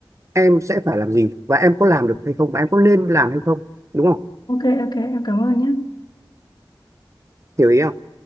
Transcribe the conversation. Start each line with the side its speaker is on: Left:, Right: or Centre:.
Right: em sẽ phải làm gì và em có làm được hay không và em có nên làm hay không đúng không
Left: Ok, ok, em cảm ơn nhé.
Right: hiểu ý không